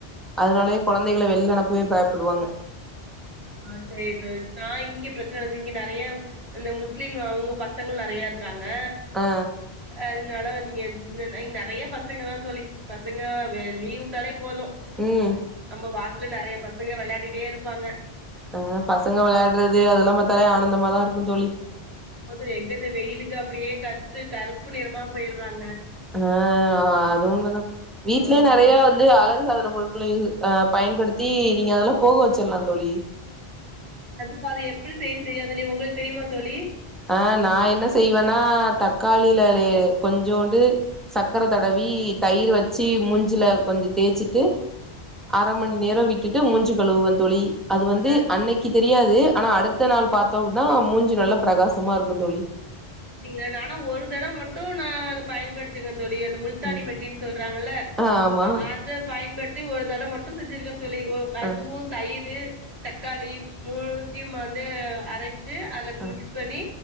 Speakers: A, in the centre; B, on the right.
A: அதனாலயே குழந்தைகள வெளிய அனுப்பவே பயப்படுவாங்க
B: ஆஹ் செரி செரி நான் இங்க பிரச்சனது இங்க நெறைய இந்த முஸ்லிம் அவங்க பசங்கள் நெறைய இருக்கா ங்க
A: ஆ
B: அதனால நீங்க இங்க நெறைய பசங்க தான் தோழி பசங்க லீவ் விட்டாலே போதும்
A: ம்
B: நம்ம வா நெறைய பசங்க விளையாடிட்டே இருப்பாங்க
A: ஆஹ் பசங்க விளையாடுறது அதெல்லாம் பாத்தாலே ஆனந்தமாதான் இருக் கு தோழி
B: மொத்தோ எங்க இந்த வெயிலுக்கு அப்டியே கருத்து கருப்பு நிறமா போய்டுறாங்க
A: அஹ் அது உண்மதான் வீட்லேயே
B: ஆமா
A: நெறைய வந்து அழகு சாதன பொரு களா பயன்படுத்தி நீங்க அதெல்லாம் போக வச்சிடலாம் தோழி
B: அது அது எப்படி செய்யன்னு தெரியாது தோழி உங்களுக்கு தெரியுமா தோழி
A: அஹ் நான் என்ன செய்வேன்னா தக்காளில கொஞ்சோண்டு சக்ர தடவி தயிர் வச்சு மூஞ்சில கொஞ்சம் தேய்ச்சுட்டு அரை மணி நேரம் விட் ட்டு மூஞ்சு கழுவுவன் தோழி அது வந்து
B: ஆ
A: அன்னைக்கு முடியாது ஆனா அடுத்த நாள் பாத்தோம் னா மூஞ்சு நல்ல பிரகாசமாக இருக்கும் தோழி
B: அப்டிங்களா நானா ஒரு தட மட்டும் நான் அத பயன்படுத்தீப்பேன் தோழி அந்த முல்தானி
A: ம்
B: மெட்டின்னு சொல்றாங்கல்ல ல
A: ஆ ஆமா
B: அத பயன்படுத்தி ஒரு தடவ மட்டும் செஞ்ருக்கன் தோழி அதுவும்
A: ஆ
B: தயிர் தக்காளி முணூத்தயும் வந்து அரை சு அதுல
A: ஆ
B: மிக்ஸ் பண்ணி